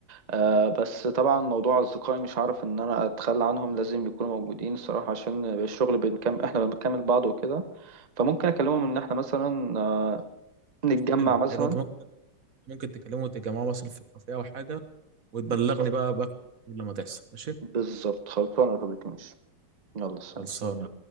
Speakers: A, on the right (about 65°); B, on the right (about 45°).
A: آه بس طبعا موضوع أصدقائي مش هعرف إن أنا أتخلى عنهم لازم يكونوا موجودين الصراحة عشان الشغل بنكمل إحنا بنكمل بعض وكده فممكن أكلمهم إن إحنا مثلا آه، نتجمع
B: حلو
A: مثلا
B: حلو انت ممكن ممكن تكلمه وتتجمعوا مثلا في كافيه او حاجه وتبلغني
A: بالظبط
B: بقى بقى لما تحصل ماشي
A: بالظبط خلصانة يا طارق، ماشي يلا سلام
B: خلصانه